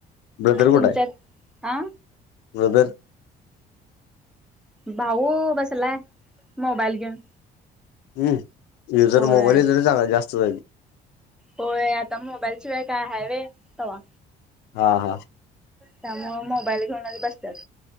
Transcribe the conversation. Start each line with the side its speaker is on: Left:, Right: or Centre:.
Left: ब्रदर कुठ
Centre: तुमच्यात
Left: आहे?
Centre: हा
Left: ब्रदर,
Centre: भाऊ बसलाय मोबाईल घेऊन.
Left: हम् दिवस
Centre: होय
Left: भर मोबाईल दिला तरी जरा जास्त.
Centre: होय आता मोबाईल शिवाय काय हाय व्हय तवा
Left: हा हा
Centre: त्यामुळ मोबाईल घेऊनच बसतात